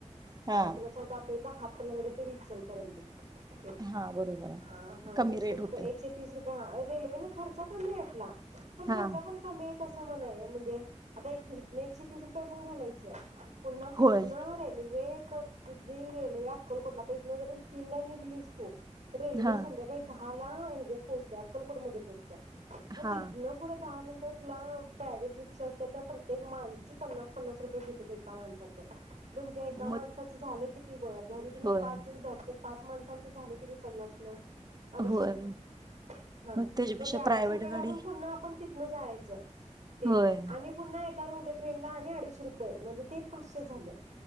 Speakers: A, on the right; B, on the right.
A: हा
B: अ तुला सांगतो आपले आप दहा हात. कलांगडे ते इचलकरंजी
A: हा बरोबर आहे
B: अ हा
A: कमी
B: तीस
A: रेट
B: रुपये
A: होते
B: एकशे तीस रुपये हा रेल्वे न खर्च कमी येतला
A: हा
B: म कस म्हण आहे म्हणजे आता हित अन् एकशे तीस रुपया पण घालायचं पुन्हा तिथन
A: होय
B: रेल्वे जे रेल्वे अक्कलकोटला आता इथन जरी तीनला निघलीस तू रेल्वे
A: हा
B: संध्याकाळी दहा मला हेच्यात पोचतोय अक्कलकोट मध्ये पोहचत्याय मग
A: हा
B: तिथंन पुढं त्या नंतर तुला प्रायव्हेट रिक्षा असते, त्या प्रत्येक माणसी पन्नास पन्नास रुपये घेत्यात एका माणसाचं. तुमच्या एका माणसाचं
A: मग
B: झालं किती बघ जरी तुम्ही
A: होय
B: पाच जण झाल तर पाच माणसांचं झाले किती पन्नासन अडीशे
A: होय
B: रुपये हा
A: त्याच्यापेक्षा
B: मग ते अडीशे
A: प्रायव्हेट
B: रुपये
A: गाडी
B: घालून पुन्हा आपणं तिथं न जायचं तेण
A: होय
B: आणि पुन्हा <unintelligible> ट्रेनला आणि अडीशे रुपये म्हणजे ते पाचशे झालं